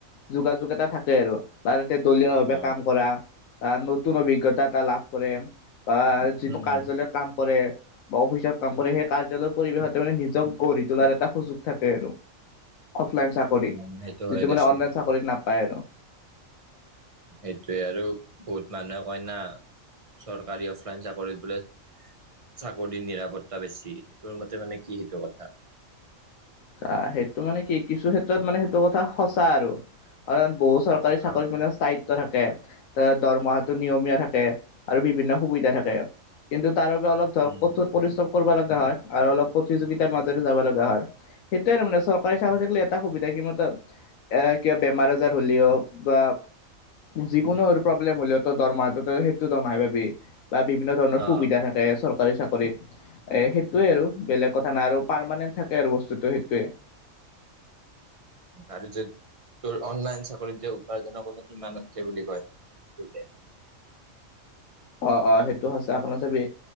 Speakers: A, on the left (about 80°); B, on the right (about 40°).
A: যোগাযোগ এটা থাকে আৰু তে, দলীয় ভাৱে
B: অ
A: কাম কৰা। বা নতুন অভিজ্ঞতা এটা লাভ কৰে। বা যিটো
B: উম
A: কাৰ্যালয়ত
B: উম
A: কাম কৰে বা অফিচত। কাম কৰে সেই কাৰ্যালয়ৰ পৰিৱেশতে মানে নিজক গঢ়ি তোলাৰ এটা সুযোগ থাকে আৰু। অফলাইন চাকৰিত।
B: উম সেইটো হয়
A: যিটো মানে
B: দেচোন
A: অনলাইন চাকৰিত নাপায় আৰু।
B: সেইটোয়ে আৰু বহুত মানুহে কয় না। চৰকাৰী অফ্ৰইঞ্চ চাকৰিত বোলে চাকৰিৰ নিৰাপত্তা বেছি, তোৰ মতে মানে কি সেটো কথা?
A: চা সেইটো মানে কি কিছু ক্ষেত্ৰত মানে সেইটো কথা সঁচা আৰু কাৰণ বহুত চৰকাৰী চাকৰিত
B: অ
A: মানে স্থায়িত্ব থাকে। ত দৰমহাটো নিয়মীয়া থাকে আৰু বিভিন্ন সুবিধা থাকে। কিন্তু তাৰ বাবে অলপ ধৰক
B: উম
A: কঠোৰ পৰিশ্ৰম কৰিব লগা হয়। আৰু অলপ প্ৰতিযোগিতাৰ মাজৰে যাব লগা হয়। সেইটোৱে আৰু মানে চৰকাৰি চাকৰি থাকিলে এটা সুবিধা কিমান এ কিবা বেমাৰ আজাৰ হ'লেও বা যিকোনো আৰু প্ৰব্লেম হলেও তোৰ দৰমটো তই সেটো দৰমহাই পাবি। বা বিভিন্ন ধৰণৰ
B: অ
A: সুবিধা থাকে চৰ চৰকাৰী চাকৰিত এ সেইটোয়ে আৰু বেলেগ কথা নাই আৰু পাৰমানেণ্ট থাকে আৰু বস্তুতটো সেই তে
B: আৰু যেত তোৰ অনলাইন চাকৰিত যে উপাৰ্জনৰ কোনো সীমা নাথাকে বুলি কয়। <inaudible>
A: অ', অ', সেইটো সঁচা অকমান চাবি,